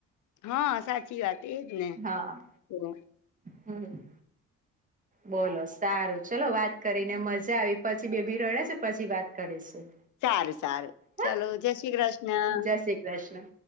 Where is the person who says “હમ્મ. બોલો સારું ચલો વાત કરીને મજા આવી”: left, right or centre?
Right